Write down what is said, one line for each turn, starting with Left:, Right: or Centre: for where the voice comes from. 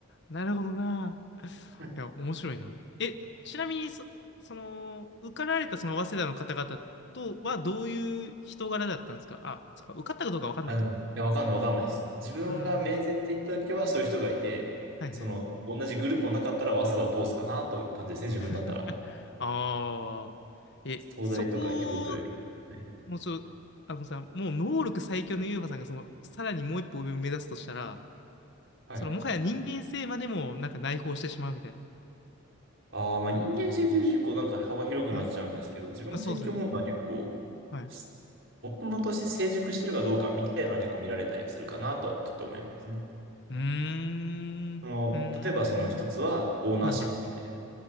Left: ー、なるほどな。
Right: うん
Left: いや、面白いな。え、ちなみにそ、その、受かられたその早稲田の方々とはどういう人柄だったんですかあ、そっか、受かったかどうかわかんないか。
Right: あ、でも、いや、わかんない、わかんないです。自分が面接行った時はそういう人がいて、
Left: うん。はいはい。
Right: その、同じグループの中だったら、早稲田を通すかなという感じですね、自分だったら。
Left: <laughs> ああ、え、
Right: 東大とか京都より。
Left: そこ、
Right: はい。
Left: もうちょ、あのさ、もう能力最強のユーマさんが、その、さらにもう一歩上を目指すとしたら、
Right: はい
Left: その、もはや人間性までも、なんか内包してしまうみたいな。
Right: ああ、まあ人間性というと結構なんか幅広くなっちゃうんですけど、
Left: はい。
Right: 自分が最近思うのは結構、
Left: まあ、そうですね。はい
Right: す大人として成熟してるかどうかみたいなのは結構見られたりするかなとはちょっと思いますね。
Left: うーん。
Right: その、
Left: うーん。
Right: 例えばその一つはオーナーシップみたいな。
Left: はいはい。